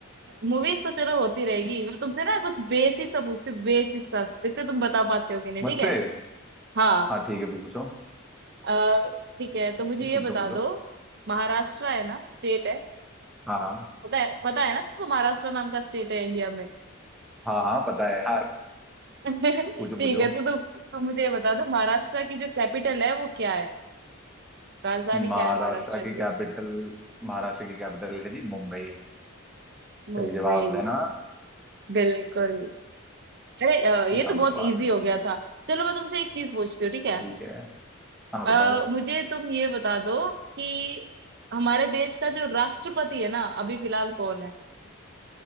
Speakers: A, on the right; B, in the centre.
A: मूवीज तो चलो होती रहेगी मैं तुमसे ना कुछ बेसिक सा पूछती हूँ बेसिक सा देखते हो तुम बता पाते हो कि नहीं
B: मुझसे
A: ठीक है हाँ
B: हाँ ठीक है पूछो
A: अ, ठीक है तो मुझे
B: हम्म,
A: ये
B: पूछो
A: बता
B: पूछो
A: दो महाराष्ट्र है ना स्टेट है
B: हाँ हाँ
A: पता है पता है ना तुमको महाराष्ट्र नाम का स्टेट है इंडिया में
B: हाँ हाँ पता है हाँ
A: <laughs>
B: पूछो
A: ठीक
B: पूछो
A: है तो तुम तुम मुझे ये बता दो महाराष्ट्र की जो कैपिटल है वो क्या है राजधानी क्या
B: महाराष्ट्र
A: है महाराष्ट्र की
B: की कैपिटल महाराष्ट्र की कैपिटल है जी मुंबई सही
A: मुंबई
B: जवाब है ना
A: बिल्कुल अरे अ,
B: क्या
A: ये तो बहुत
B: बात
A: इजी
B: है
A: हो गया था चलो मैं तुमसे एक चीज पूछती हूँ ठीक है
B: ठीक है हाँ
A: अ,
B: बताओ
A: मुझे तुम ये बता दो कि हमारे देश का जो राष्ट्रपति है ना अभी फिलहाल कौन है